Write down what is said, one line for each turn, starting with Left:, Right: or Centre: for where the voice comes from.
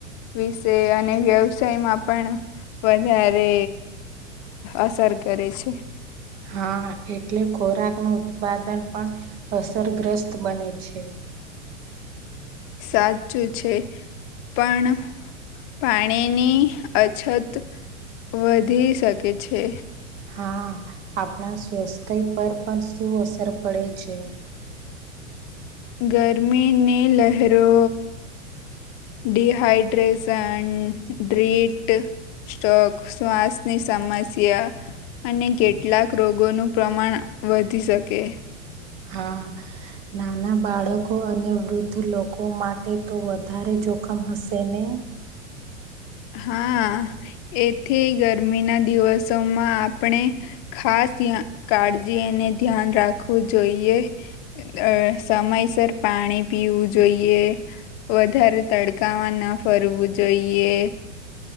Left: વિશે અને વ્યવસાયમાં પણ વધારે અસર કરે છે.
Right: હા એટલે ખોરાક નો ઉત્પાદન પણ અસરગ્રસ્ત બને છે.
Left: સાચું છે પણ પાણીની અછત વધી શકે છે.
Right: હા આપણા સ્વસ્થ્ય પર પણ શું અસર પડે છે.
Left: ગરમીની લહેરો ડીહૈડ્રેસન્ડ ડ્રીટ સ્ટોક શ્વાસની સમસ્યા અને કેટલાક રોગોનું પ્રમાણ વધી શકે
Right: હા નાના બાળકો અને વૃદ્ધ લોકો માટે તો વધારે જોખમ હશે ને
Left: હા એથી ગરમી ના દિવસોમાં આપણે ખાસ કાળજીને ધ્યાન રાખવું જોઈએ અ સમયસર પાણી પીવું જોઈએ વધારે તડકામાં ન ફરવું જોઈએ